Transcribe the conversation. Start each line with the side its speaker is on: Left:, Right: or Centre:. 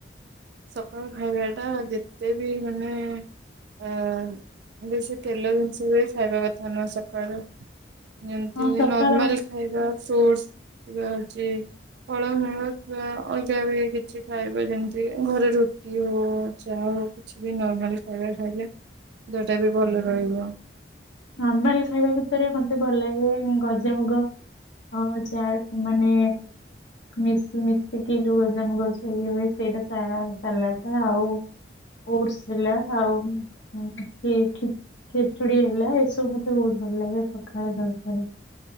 Right: ସକାଳୁ ଖାଇବାଟା ଯେତେ ବି ମାନେ ଆଁ। ବେଶୀ ତେଲ ଜିନିଷ ବି ଖାଇବା କଥା ନୁହେଁ ସକାଳୁ। ଯେମିତି
Left: ହଁ ସକାଳ
Right: ନର୍ମାଲ ଖାଇବା ଫ୍ରୁଟସ୍। କି ହଉଛି ଫଳ ମୂଳ ଚୂଳ ଆଉ ଯାହାବି କିଛି ଖାଇବା ଜିନିଷ। ଘରେ ରୁଟି ହଉ ଚା ହଉ କିଛି ବି ନର୍ମାଲି ଖାଇବା ଖାଇଲେ। ଦେହଟା ବି ଭଲ ରହିବ।
Left: ନର୍ମାଲ ଖାଇବା ଭିତରେ ମତେ ଭଲ ଲାଗେ ଗଜାମୁଗ। ହ ଯାରସ ମାନେ। ମିଶି ମିଶିକି ଯୋଉ ଗଜାମୁଗ ଗଛ ହେଇ ହୁଏ ସେଇଟା ସାଲଟ ଆଉ। ଫୁଡସୁ ହେଲା ଆଉ ଖିଚୁଡି ହେଲା। ସେ ମତେ ବହୁତ ଭଲ ଲାଗେ ସକାଳ ଜଳଖିଆରେ।